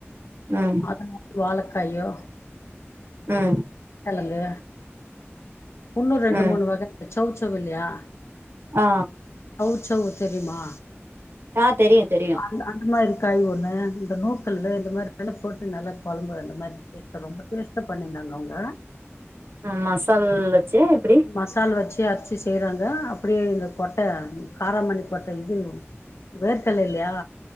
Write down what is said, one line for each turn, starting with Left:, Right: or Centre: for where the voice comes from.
Right: ம்
Left: அது மாதிரி வாழக்காயோ
Right: ம்
Left: கெழங்கு இன்னு ரெண்டு
Right: ம்
Left: மூணு வகை சௌ செள இல்லையா
Right: ஆ
Left: சவ் சவ்வு தெரியுமா
Right: ஆ தெரியு தெரியு
Left: அந்த அந்த மாரி காய் ஒண்ணு இந்த நூக்கல்லுல இந்த மாரி நல்லா போட்டு நல்லா கொழம்பு வெந்த மாதிரி நேத்து ரொம்ப டேஸ்டா பண்ணியிருந்தாங்க அவுங்க
Right: ம் மசால் வச்சியா எப்டி
Left: மசால் வச்சு அரச்சு செய்யறாங்க அப்டியே இந்த கொட்டை காரமணி கொட்டை இது வேர்க்கடல இல்லையா